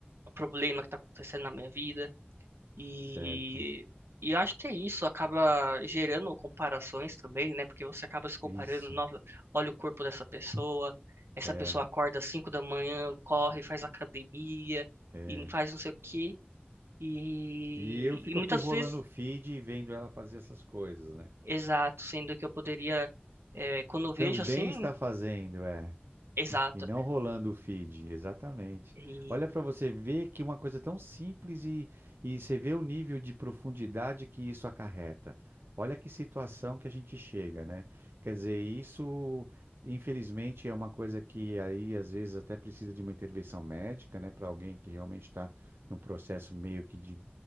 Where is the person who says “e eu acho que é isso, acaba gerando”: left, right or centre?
Right